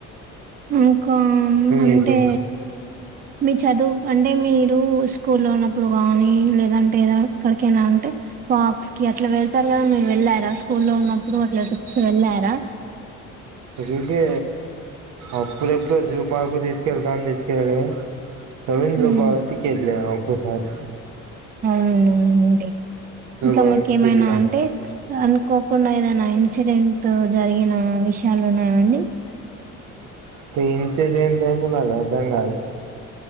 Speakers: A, on the right; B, on the right.
A: ఇంకా అంటే
B: అయిపోయింది
A: మీ చదువు అంటే మీరు స్కూల్లో ఉన్నప్పుడు కానీ, లేదంటే ఏదో ఎక్కడికైనా అంటే పార్క్స్ కి అట్లా వెళ్తారు కదా మీరు వెళ్ళారా స్కూల్లో ఉన్నప్పుడు అట్లావచ్చి వెళ్ళారా.
B: అంటే అప్పుడెప్పుడు జూ పార్క్ కి తీసుకెళ్తానని తీసుకెళ్ళడమే రవీంద్ర
A: ఉమ్
B: భావతికి వెళ్ళాం ఒకసారి.
A: అవునండి ఇంకా
B: భారతికి
A: మీకు ఏమైనా
B: వెళ్ళాం
A: అంటే అనుకోకుండా ఏదైనా ఇన్సిడెంట్ జరిగిన విషయాలు ఉన్నాయండి
B: అంటే ఇన్సిడెంట్ అంటే నాకు అర్థం కాలే